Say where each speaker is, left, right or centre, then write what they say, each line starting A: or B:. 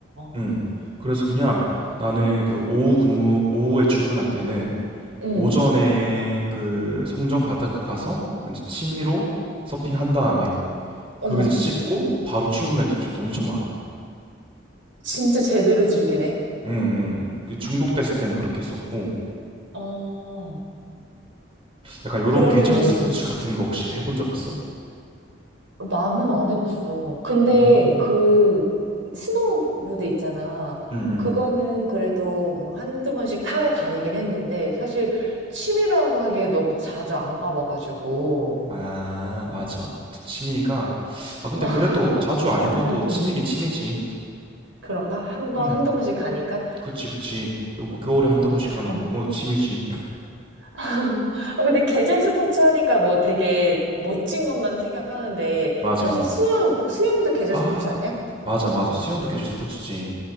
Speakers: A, on the right (about 30°); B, on the right (about 75°).
A: 음.
B: 어,
A: 그래서 그냥 나는 그 오후 근무 오후에 출근할 때는
B: 응.
A: 오전에 그 송정 바닷가 가서 이제 취미로 서핑 한 다음에
B: 어머,
A: 거기서 씻고 바로 출근했던 적도 엄청 많아.
B: 진짜 제대로 즐기네.
A: 음, 음. 그 중독됐을 때는 그렇게 했었고
B: 어,
A: 약간 요런
B: 그러면은
A: 계절 스포츠 같은 거 혹시 해본 적 있어?
B: 나는 안 해봤어. 근데
A: 음,
B: 그 스노우보드 있잖아.
A: 음, 음.
B: 그거는 그래도 뭐 한두 번씩 타러 다니긴 했는데 사실 취미라고 하기에 너무 자주 안 가봐가지고.
A: 아, 맞아. 저 취미가. 아, 근데
B: <laughs>
A: 그래도 자주 안 해봐도
B: 응,
A: 취미긴
B: 응.
A: 취미지.
B: 그런가? 한 번,
A: 음,
B: 한두 번씩 가니까?
A: 그치, 그치. 요, 뭐, 겨울에 한두 번씩 가면
B: 어.
A: 그거 취미지.
B: <laughs> 아, 근데 계절 스포츠 하니까 뭐 되게 멋진 것만 생각하는데
A: <laughs> 맞아.
B: 사실 수영, 수영도 계절
A: 아,
B: 스포츠 아니야?
A: 맞아, 맞아. 수영도 계절 스포츠지.